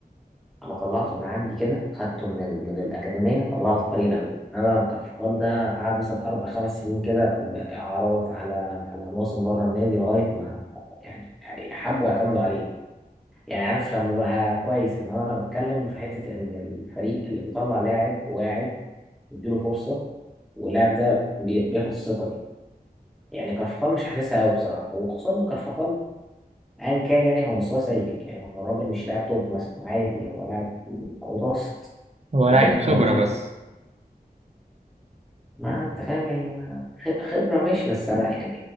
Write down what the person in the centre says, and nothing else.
انا طلعته من عندي كده خدته من ال... من الاكاديميه طلعته فريق الاول انما كارفخال ده قعد مثلا اربع خمس سنين كده اعارات على على موسم بره النادي لغايه ما يعني حبوا يعتمدوا عليه يعني عارف لما بقى كويس انما انا بتكلم في حته ان الفريق اللي بيطلع لاعب واعد يديله فرصه واللاعب ده بي- بياخد الثقه دي. يعني كارفخال مش حاسسها قوي بصراحه وخصوصا ان كارفخال ايا كان يعني هو مستواه سيء يعني هو الراجل مش لاعب توب مثلا عادي هو لاعب متوسط
لعيبه
مدريد
ما انت فاهم يعني ما- خ- خبره ماشي بس انا يعني,